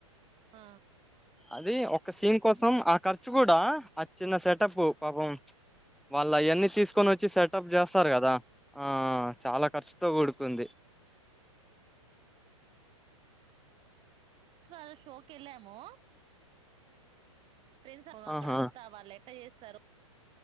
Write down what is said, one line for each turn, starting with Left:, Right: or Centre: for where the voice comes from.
Right: ఆ
Centre: అది ఒక సీన్ కోసం ఆ ఖర్చు కూడా ఆ చిన్న సెటప్ పాపం వాళ్ళ అవన్నీ తీసు తీకొని వచ్చి సెటప్ చేస్తారు కదా ఆ చాలా ఖర్చుతో కూడుకుంది
Right: <unintelligible> శోక కెళ్ళేము ఫ్రెడ్స్ <unintelligible> అక్కడంతా
Centre: ఆహా
Right: వాళ్ళు ఎటర్ చేస్త సరో